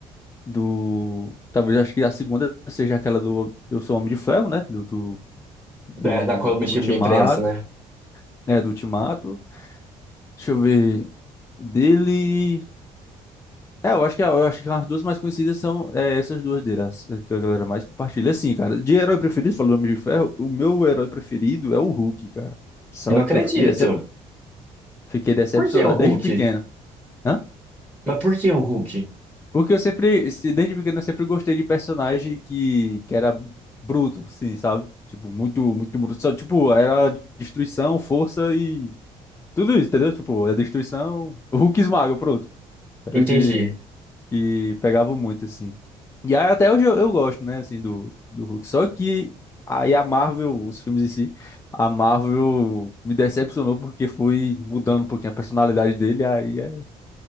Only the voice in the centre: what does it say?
Da, da coletiva
de imprensa, né?
Não acredito.
Por que o Hulk?
Mas por que o Hulk?
Entendi.